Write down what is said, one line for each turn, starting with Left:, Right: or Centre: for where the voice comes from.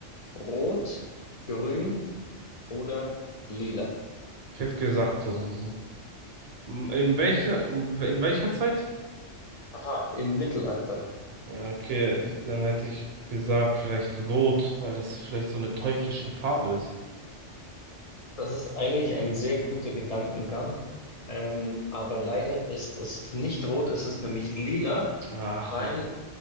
Left: Rot, Grün oder Lila?
Right: Ich hätte gesagt, so- so, in welcher, in welcher Zeit?
Left: Aha, im Mittelalter.
Right: Okay, ich- dann hätte ich gesagt, vielleicht rot, weil es vielleicht so eine teuflische Farbe ist.
Left: Das ist eigentlich ein sehr guter Gedankengang. Ähm, aber leider ist es nicht rot, es ist nämlich lila,
Right: Ach
Left: weil
Right: man.